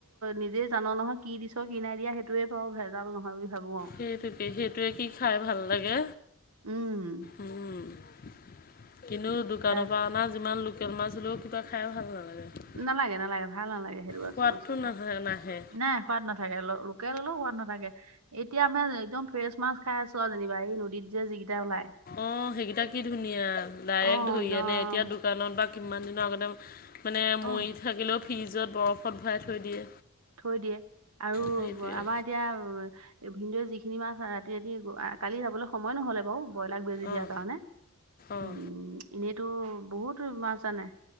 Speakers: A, on the right; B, on the left.
A: নিজে জান নহয় কি দিছ। কিনাই দিয়া সেইটোৱে বাৰু ভেজাল নহয় ভাবোঁ আও।
B: সেইটোকে সেইটোৱে কি খায় ভাল লাগে।
A: উম',।
B: উম', কিন্তু দোকানৰ
A: তাক
B: পৰা অনা যিমান ল' লোকেল মাছ হলেওঁ কিবা খায় ভাল নালাগে।
A: নালাগে নালাগে ভাল নালাগে সেইটো
B: সোৱাদটো
A: বস্তু খাই।
B: নাহে নাহে
A: নাই সোৱাদ নাথাকে, লোকেল হলেওঁ সোৱাদ নাথাকে। এতিয়া আমাৰ একদম ফ্ৰেছ মাছ খাইছো আৰু যেনিবা এই নদীত যে যিকেইটা ওলাই।
B: অ', সেইকেইটা কি ধুনীয়া ডাইৰেক্ট
A: অ
B: ধৰি
A: একদম
B: আনে, এতিয়া দুখ দোকানত বা কিমান দিনৰ আগতে, মানে
A: অ
B: মৰি থাকিলেও ফ্ৰিজত বৰফত ভৰাই থৈ দিয়ে।
A: থৈ দিয়ে আৰু
B: সেইটোৱে
A: আমাৰ এতিয়া ভিনদেউ যিখিনি মাছ ৰাতি ৰাতি কালি যাবলৈ সময় নহ'লে বাৰু। ব্ৰইলাৰ বেজি দিয়াৰ
B: অঁ
A: কাৰণে,
B: অঁ
A: উম' এনেইতো বহুত মাছ আনে।